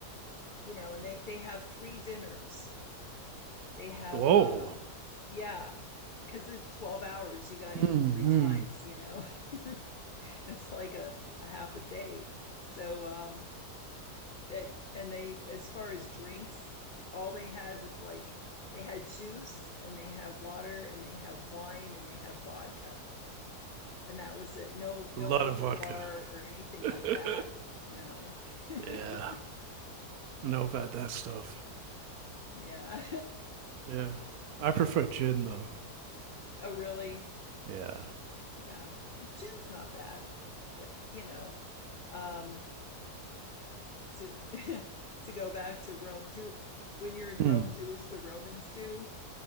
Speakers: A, on the left; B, on the right.
A: you know, and they they have three dinners. They have
B: Whoa.
A: um yeah, because it's 12 hours, you got to
B: hmm
A: eat three times, you know. <laughs> it's like a, a half a day. So um that and they as far as drinks all they had was like they had juice and they had water and they had wine and they had vodka and that was it no no
B: A lot
A: open
B: of vodka.
A: bar or anything like
B: <laughs>
A: that no <laughs>
B: Yeah. I know about that stuff.
A: yeah
B: Yeah. I prefer gin though.
A: <laughs> oh really
B: Yeah.
A: yeah gin's not bad but you know um to <laughs> to go back to rome do when you're in
B: Hmm.
A: rome do as the romans do